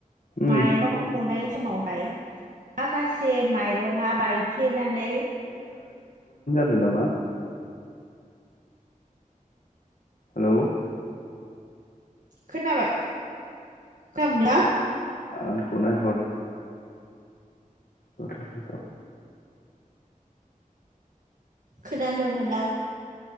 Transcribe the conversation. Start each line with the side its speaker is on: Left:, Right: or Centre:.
Left: उम
Right: माइरं गनाय समावहाय मा से माइरङा बायफ्लेनानै
Left: आरो नामा हेल'
Right: खोनाबाय हेल
Left: औ फ नायहथ गथ'फोरखौ
Right: खोनानो मोना